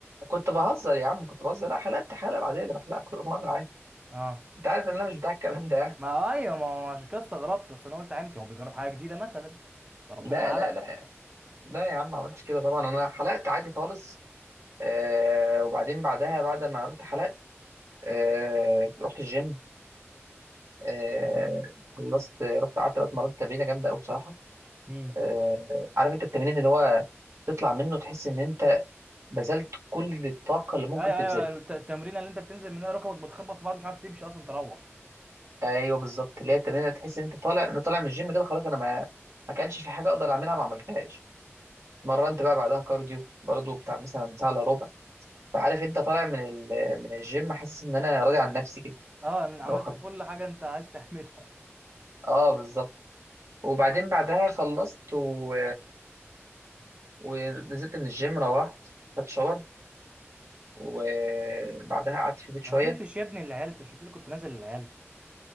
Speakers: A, on the right; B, on the right.
A: كنت بهزر يا عم كنت بهزر لا حلقت حلقه بعدين اللي بحلقها كل مره عادي
B: اه
A: انت عارف ان انا مش بتاع الكلام ده يعني
B: ما ايوه ما هو عشان كده استغربت بس انا قلت يمكن هو بيجرب حاجه جديده مثلا فربنا
A: لا
B: معاه
A: لا لا لا يا عم ما عملتش كده طبعا انا حلقت عادي خالص آه وبعدين بعدها بعد ما رحت حلقت آه رحت الجيم آه خلصت رحت قعدت بقى اتمرنت تمرينه جامده قوي بصراحه
B: بقى
A: آه، عارف انت التمرين اللي هو تطلع منه تحس ان انت بذلت كل الطاقه اللي ممكن
B: ايوه
A: تبذلها
B: ايوه الت- التمرينه اللي انت بتنزل منها ركبك بتخبط في بعض مش عارف تمشي اصلا تروح
A: ايوه بالظبط اللي هي التمرين اللي تحس ان انت طالع انا طالع من الجيم كده خلاص انا ما ما كانش في حاجه اقدر اعملها ما عملتهاش مرنت بقى بعدها كارديو برضو بتاع مثلا ساعه الا ربع فعارف انت طالع من ال- من الجيم حاسس ان انا راضي عن نفسي كده
B: اه أنا
A: اللي
B: عملت
A: هو خلاص
B: كل حاجه انت عايز تعملها
A: اه بالظبط وبعدين بعدها خلصت و... ونزلت من الجيم روحت خدت شاور وبعدها قعدت
B: <laughs>
A: في البيت
B: ما
A: شويه
B: نزلتش يا ابني العيال انت مش قلت لي كنت نازل العيال